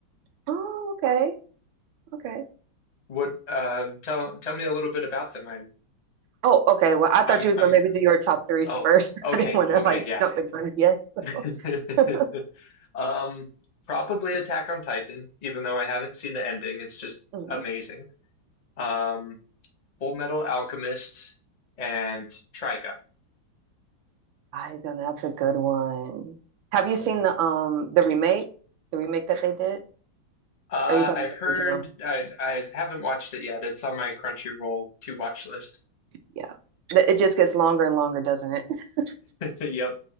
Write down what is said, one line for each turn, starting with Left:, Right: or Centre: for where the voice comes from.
Right: Oh, okay. Okay.
Left: What uh tell tell me a little bit about them. I'm
Right: Oh, okay. Well, I thought
Left: I'm
Right: you was
Left: I'm
Right: gonna maybe do your top threes
Left: oh,
Right: first.
Left: okay.
Right: <laughs> I didn't want
Left: Okay,
Right: to like
Left: yeah.
Right: jump the gun yet. So
Left: <laughs>
Right: <laughs>
Left: Um probably Attack on Titan, even though I haven't seen the ending. It's just
Right: Mhm.
Left: amazing. Um Full Metal Alchemist and Trigun.
Right: I then that's a good one. Have
Left: Mm-hmm.
Right: you seen the um the remake? The remake that they did?
Left: Uh,
Right: Or are you talking
Left: I
Right: about
Left: heard
Right: the original?
Left: I I haven't watched it yet. It's on my Crunchyroll to watch list. <laughs>
Right: Yeah. The- It just gets longer and longer, doesn't it? <laughs>
Left: Yep.